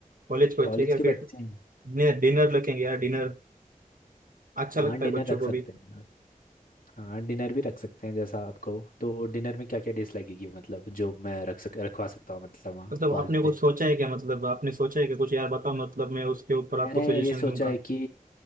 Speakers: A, on the right (about 75°); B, on the left (about 75°).
A: कॉलेज को
B: कॉलेज
A: अच्छे क्या
B: के बच्चे
A: फिर
B: हैं
A: डिनर रखेंगे यार डिनर अच्छा
B: हाँ
A: लगता
B: डिनर
A: है बच्चों
B: रख
A: को
B: सकते
A: भी
B: हैं हाँ डिनर भी रख सकते हैं जैसा आपको तो डिनर में क्या क्या डिश लगेगी मतलब जो मैं रख सक रखवा सकता हूँ मतलब वहाँ
A: मतलब
B: हॉल
A: आपने कुछ
B: पे
A: सोचा है क्या मतलब आपने सोचा है कि कुछ यार बताओ मतलब मैं उसके ऊपर
B: मैंने
A: आपको सजेशन
B: ये सोचा
A: दूंगा
B: है कि